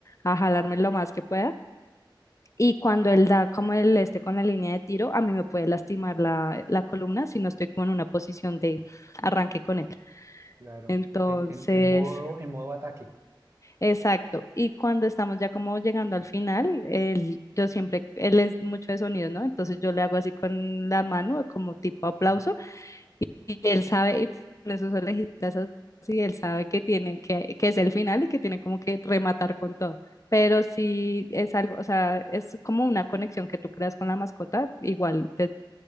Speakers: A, on the left; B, on the right.
A: a jalarme lo más que pueda y cuando él da como él esté con la línea de tiro, a mí me puede lastimar la, la columna si no estoy como en una posición de arranque con él.
B: claro.
A: Entonces,
B: En, en, en modo, en modo ataque.
A: exacto. Y cuando estamos ya como llegando al final, él, yo siempre, él es mucho de sonidos ¿no? Entonces yo le hago así con la mano, como tipo aplauso.
B: Ujú.
A: Y él sabe, y con esos orejitas así, él sabe que tiene, que, que es el final y que tiene como que rematar con todo. Pero si es algo, o sea, es como una conexión que tú creas con la mascota, igual desde